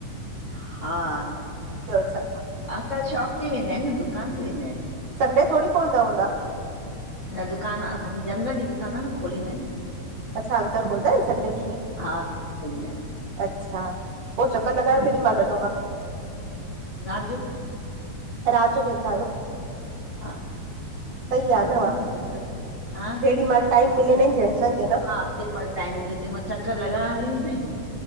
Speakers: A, on the left; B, on the right.
A: हाअ
B: ॿियो छा
A: अंकल शॉप ते वेंदा आयन न दुकान ते वेंदा आयन।
B: संडे थोड़ी घोलदा हूंदा।
A: अ दुकान जनरल ॼी दुकान आ न खोलींदा आयन न।
B: अच्छा अंकल खोलदा आयन संडे ॾी ॿि।
A: हा खोलींदा
B: अच्छा पो चक्कर लॻाइण केॾी मल वॼो इ बाक़ी।
A: रात ॼो।
B: रात ॼो वेंदा आयो।
A: हा रात
B: आहे वाह,
A: ॿि न चक्कर हा।
B: जेॾी महिल टाइम मिले नं जैंटसन खे। न
A: हा जेमल टाइम मिले तेंमल चक्कर लॻाइण हली वेंदा आयूं।